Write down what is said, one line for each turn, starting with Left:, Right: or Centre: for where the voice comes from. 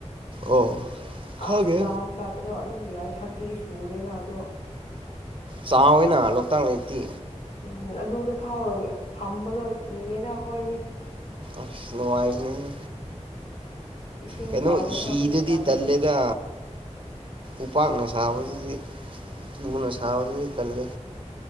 Right: ꯑꯣ ꯈꯪꯗꯦ
Left: ꯑꯐ ꯗꯥꯎꯟ ꯆꯠꯄꯗꯣ ꯑꯗꯨꯝ ꯌꯥꯏ ꯊꯥꯔꯇꯤ ꯁꯨꯗꯦꯅ ꯑꯗꯣ
Right: ꯆꯥꯎꯏꯅ ꯂꯣꯛꯇꯥꯛ ꯂꯦꯛꯇꯤ
Left: ꯎꯝ ꯑꯗꯨꯗ ꯐꯥꯎꯔꯒꯥ ꯐꯝꯕꯗꯣ ꯀꯤꯌꯦꯗ ꯈꯣꯢꯗꯤ
Right: ꯑꯁ ꯅꯨꯡꯉꯥꯏꯕꯅꯤꯍꯦ
Left: ꯏꯁꯤꯡ
Right: ꯀꯩꯅꯣ
Left: ꯆꯥꯎꯗꯦꯅ
Right: ꯍꯤꯗꯨꯗꯤ
Left: ꯑꯗꯨ ꯃꯇꯝꯗꯗꯤ
Right: ꯇꯜꯂꯦꯗ ꯎꯄꯥꯛꯅ ꯁꯥꯕꯗꯨꯗꯤ ꯅꯨꯅ ꯁꯥꯕꯗꯨꯗꯤ
Left: ꯎꯝ
Right: ꯇꯜꯂꯦ